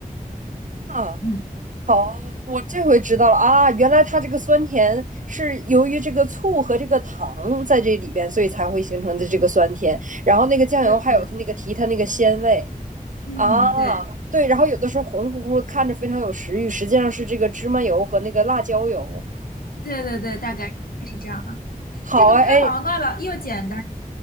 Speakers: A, on the right; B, on the left.
A: 啊，
B: 嗯，
A: 好，我这回知道了啊，原来它这个酸甜是由于这个醋和这个糖在这里边，所以才会形成的这个酸甜。然后那个酱油还有它那个提它那个鲜味。
B: 对对对，嗯，
A: 啊，
B: 对
A: 对，然后有的时候红乎乎的看着非常有食欲，实际上是这个芝麻油和那个辣椒油。
B: 对对对，大概是这样。
A: 好啊，
B: 这个拍黄瓜了又简单，
A: 哎，